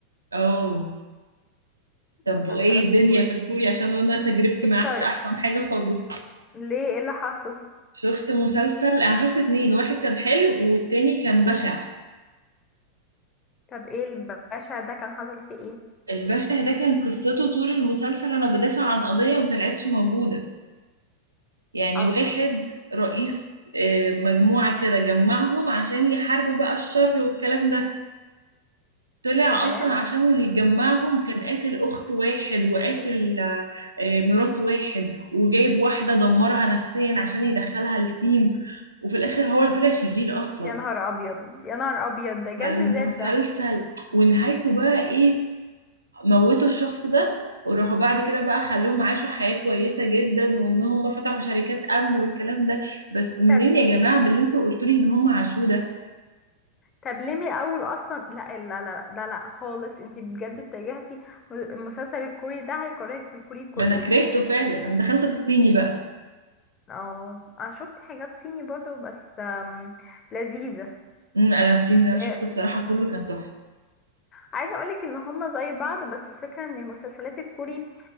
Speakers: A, on the right; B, on the left.
A: اه طب
B: مسلسلات
A: وايه الدنيا
B: كوري
A: في الكوري عشان انا تجربتي
B: السرق
A: معاه مش احسن حاجه خالص
B: ليه ايه اللي حصل
A: شفت مسلسل انا شفت اتنين واحد كان حلو والتاني كان بشع
B: طب ايه الباشا ده كان حصل فيه ايه
A: البشع ده كان قصته طول المسلسل انا بدافع عن قضية مطلعتش موجودة يعني
B: اصلا
A: واحد رئيس آه، مجموعة كده جمعهم عشان يحاربوا بقى الشر والكلام ده طلع
B: تمام
A: اصلا عشان اللي يجمعهم كان قاتل اخت واحد وقاتل آه، آه، مرات واحد وجايب واحدة دمرها نفسيا عشان يدخلها التيم وفي الاخر هو اللي طلع شرير اصلا
B: يا نهار ابيض يا نهار ابيض ده جلد
A: فالمسلسل
B: ذات ده
A: ونهايته بقى ايه موتوا الشخص ده وراحوا بعد كده بقى خلوهم عاشوا حياة كويسة جدا وان هم فتحوا شركات امن والكلام ده بس منين
B: طب
A: يا جماعة باللي انتوا قلتوا لي ان هم عاشوه ده
B: طب ليه من الاول اصلا لا لا لا لا لا خالص انتي بجد اتجهتي المسلسل الكوري ده هيكرهك في الكوري كله
A: ما انا كرهته
B: يعني
A: فعلا انا دخلت في الصيني بقى
B: اه انا شفت حاجات صيني برضو بس آم، لذيذة
A: امم انا الصيني اللي انا
B: آه،
A: شفته بصراحة كله كان تحفة
B: عايزة اقولك ان هما زي بعض بس الفكرة ان المسلسلات الكوري